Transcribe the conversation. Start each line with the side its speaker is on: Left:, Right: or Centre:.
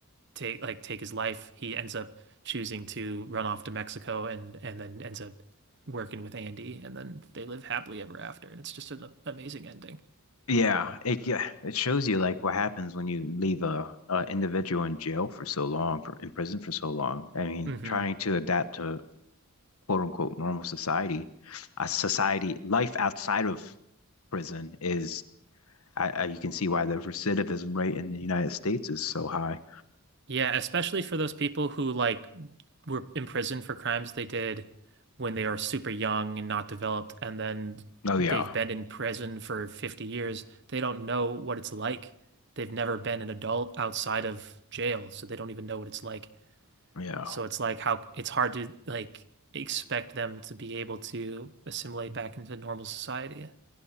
Right: take like take his life, he ends up choosing to run off to Mexico and and then ends up working with Andy and then they live happily ever after. And it's just an amazing ending.
Left: Yeah. It, yeah. It shows you like what happens when you leave a, a individual in jail for so long, for in prison for so long. I mean,
Right: hmm
Left: trying to adapt to quote unquote normal society. A society life outside of prison is I, I, you can see why the recidivism rate in the United States is so high.
Right: Yeah, especially for those people who like were imprisoned for crimes they did when they are super young and not developed, and then
Left: Oh
Right: they've
Left: yeah,
Right: been in prison for 50 years. They don't know what it's like. They've never been an adult outside of jail, so they don't even know what it's like.
Left: yeah,
Right: So it's like how it's hard to like expect them to be able to assimilate back into normal society,